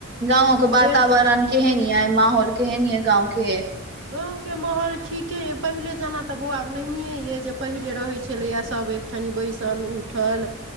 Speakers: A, on the right; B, on the right.
A: गाँंव के वातावरण
B: बेट
A: केहन यै माहौल केहन है गाँव के
B: गाँव के माहौल ठीके यए पहिले जेना तऽ बौआ आब नहिए यए जे पहिले रहैत छलैए सभ एक कनि बैसल उठल